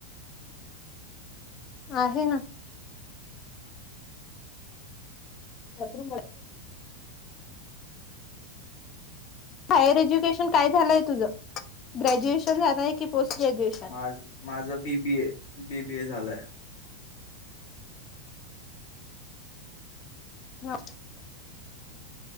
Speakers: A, on the left; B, on the left.
A: आहे ना. <inaudible> हायर एज्युकेशन काय झालंय तुझ ग्रॅज्युएशन झालंय की पोस्ट ग्रॅज्युएशन
B: माझ माझ बीबी ए बीबी ए झालंय
A: हा